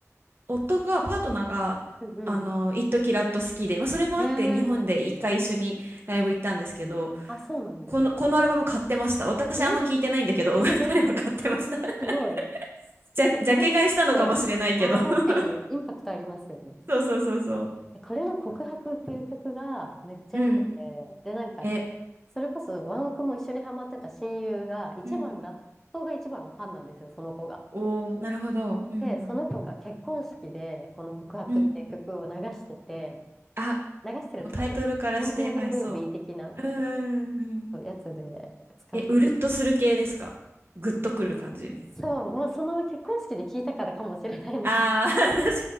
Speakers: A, on the right (about 45°); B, in the centre.
A: 夫がパートナーがあの一時ラット好きで、
B: うん
A: まあ、それもあって日本で一回一緒にライブ行ったんですけど
B: うん。へえ。あ、そうなんですね。
A: この、このアルバム買ってました。私あんま聞いてないんだけど、
B: え <laughs>
A: <laughs> 彼は買ってました。
B: すごい。
A: <laughs> じゃ、
B: えそう、
A: ジャケ買いしたのかもしれないけど。
B: これ結構、ああ、確かにインパクトありますよね。
A: <laughs> そうそうそうそ
B: えこれの告白っていう曲がめっちゃ良くて、
A: う。うん。
B: で、なんか、
A: え、
B: それこそワンオクも一緒にハマってた親友が、一番、
A: うん。
B: ラットが一番のファンなんですよ、その子が。
A: おー、なるほど。うん
B: で、その子が結婚式で、この告白っていう曲を流してて、
A: うん。うん。あ、
B: 流してるっていうか、
A: もうタイトルからして合いそ
B: あの、エンディングムービー的な
A: う。うんうんうん。
B: やつで使ってて。
A: え、うるっとする系ですかグッとくる感じ。
B: そう、もうその結婚式で聞いたからかもしれないんです。
A: ああー、<laughs> 確かに。